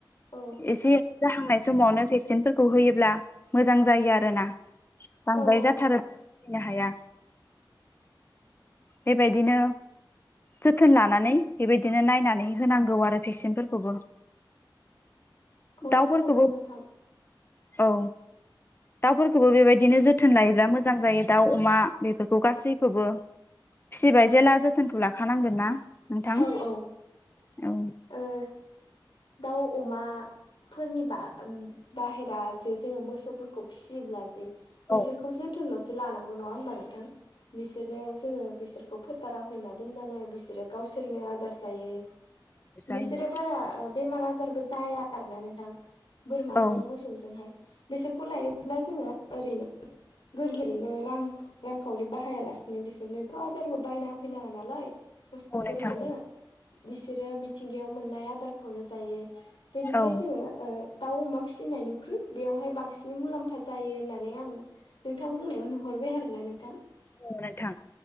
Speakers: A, on the left; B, on the left.
A: औ
B: एसे जाहांनाय समावनो भेक्सिनफोरखौ होयोब्ला मोजां जायो आरोना बांद्राय
A: औ औ
B: जाथारो नो हाया बेबायदिनो जोथोन लानानै बेबायदिनो नायनानै होनांगौ आरो भेक्सिनफोरखौबो
A: औ
B: दाउफोरखौबो
A: थारैनो नोंथां
B: औ दाउफोरखौबो बेबायदिनो जोथोन लायोब्ला मोजां जायो दाउ अमा बेफोरखौ गासैखौबो फिसिबाय जेला जोथोनखौ लाखानांगोन ना नोंथां
A: औ औ
B: औ
A: ओ दाउ अमा फोरनि बा बाहेर जे जोंङो मोसौफोरखौ फिसियोब्ला जे बिसोरखौसो
B: औ
A: जोथोनल' लानांगौ नंङा होमबा नोंथां बिसोरो जोंङो बिसोरखौ बेखौ फोथाराव हैना दोनबानो बिसोरो गावसोरनो आदार जायो
B: जायो
A: बिसोरो बारा बेमार आजारबो जाया आरोना नोंथां बोरमाजों
B: औ
A: मोसौ मोसौजोंहाय बेसोरखौ लायोब्ला जोंङो ओरैनो गोरलैयैनो रां रांखावरि बाहायालासिनो बिसोरनोथ' आदारबो बायना होफैनाङा नालाय मोसौ
B: औ नोंथां
A: बोरमानो बिसोरो मिथिंगायाव मोननाय आदारखौनोजायो बेनिफ्राय
B: औ
A: जोंङो दाउ अमा फिसिनायनिख्रुइ बेवहाय बांसिन मुलाम्फा जायो होननानै आं नोंथां बुंनायाव नु हरबाय आरोना नोंथां
B: औ नोंथां